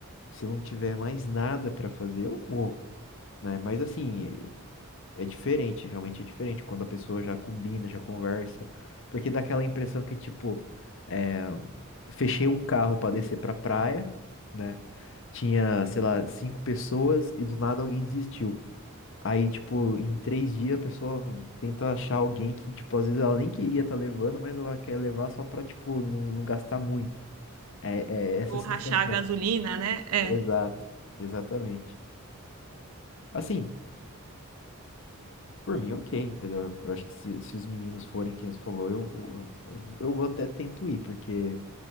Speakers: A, on the left; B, on the right.
A: se eu não tiver mais nada pra fazer, eu vou, né? Mas assim, é diferente, realmente é diferente quando a pessoa já combina, já conversa, porque dá aquela impressão que, tipo, é, fechei um carro pra descer pra praia, né? Tinha, sei lá, cinco pessoas e do nada alguém desistiu. Aí, tipo, em três dias a pessoa tenta achar alguém que, tipo, às vezes ela nem queria estar levando, mas ela quer levar só pra, tipo, não, não gastar muito. É, é essa
B: Ou
A: sensação.
B: rachar a gasolina, né? É,
A: Exato, exatamente. Assim, Por mim, ok, entendeu? Eu acho que se, se os meninos forem quem você falou, eu, eu, eu, eu vou até tento ir, porque